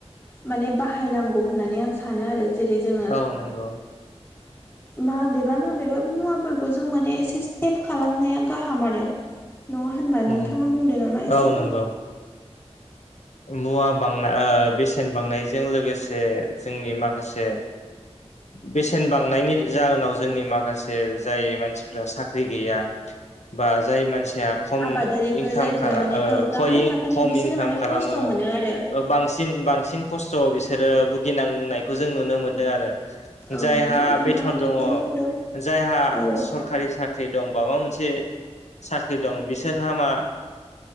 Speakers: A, on the left; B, on the left.
A: माने बाहायनांगौ होननानै आं सानो आरो जेरै जोङो
B: औ नंगौ
A: माबेबा माबेबा मुवाफोरखौ जों माने एसे सेभ खालामनाया गाहाम आरो नङा होनबा नोंथाङा
B: उम
A: बुंदो नामा
B: औ
A: एसेखौ
B: नंगौ मुवा बांनाय बेसेन बांनायजों लोगोसे जोंनि माखासे बेसेन बांनायनि जाहोनाव जोंनि माखासे जाय मानसिफ्रा साख्रि गैया बा जाय मानसिया खम
A: आबादारिफोर
B: इनकाम
A: जायफोरा
B: खालाम
A: माने ओ गाहाय थाखोनि बिसोरो
B: खम <unintelligible>
A: माने
B: खालामो
A: खस्थ' मोनो आरो
B: बांसिन बांसिन खस्थ' बिसोरो भुगिनांनायखौ जों नुनो मोन्दों आरो
A: औ
B: जायहा
A: नंगौ नोंथाङा
B: बेथन
A: थिगखौनो
B: दङ
A: बुंदों
B: जायहा
A: औ
B: सरकारि साख्रि साख्रि दं माबा मोनसे साख्रि दं बिसोरहा मा